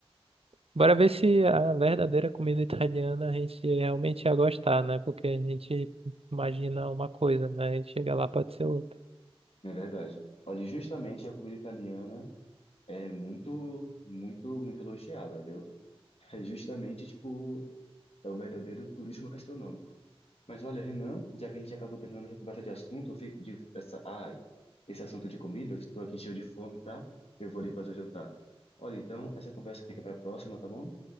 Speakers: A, on the right (about 70°); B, on the left (about 75°).
A: Bora ver se a verdadeira comida italiana a gente realmente ia gostar, né? Porque a gente imagina uma coisa, né? E chega lá, pode ser outra.
B: é verdade. Olha, justamente a comida italiana. é muito, muito, muito elogiada, viu? É justamente, tipo, é o verdadeiro turismo gastronômico. Mas olha, Renan, já que a gente acabou terminando essa conversa de assunto, eu fi- de essa, ai, esse assunto de comida, eu estou aqui cheio de fome, tá? Eu vou ali fazer o jantar. Olha, então, essa conversa fica para a próxima, tá bom?